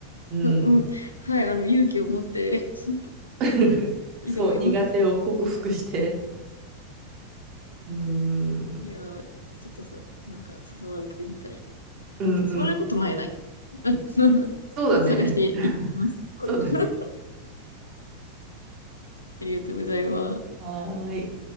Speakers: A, on the right (about 35°); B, on the left (about 80°).
A: うん。
B: う、うん。はい。あの、勇気を持って <laughs>
A: <laughs>
B: 挑みます。
A: そう、苦手を克服して。うーん。
B: いやー、ちょっとさ、なんか誘われてみたら、
A: うんうん。
B: 誘われることないな、きっと。<laughs>
A: そうだね。
B: 探していってみます。
A: <laughs> そうだね。
B: <laughs> ありがとうございます。
A: はーい。